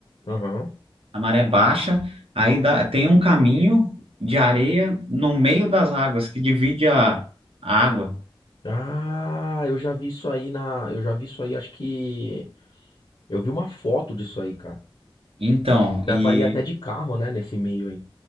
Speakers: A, on the left; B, on the right.
A: Aham.
B: a maré é baixa, aí dá- tem um caminho de areia no meio das águas que divide a, a água.
A: Ah, eu já vi isso aí na. Eu já vi isso aí, acho que. Eu vi uma foto disso aí, cara.
B: Então,
A: Dá
B: e
A: pra ir até de carro, né, nesse meio aí.